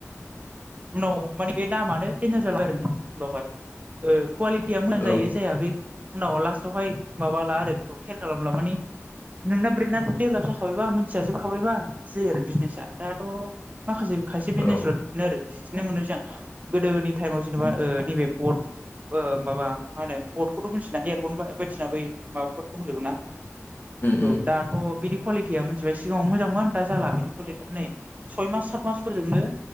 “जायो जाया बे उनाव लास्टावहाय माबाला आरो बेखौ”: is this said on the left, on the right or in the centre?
Right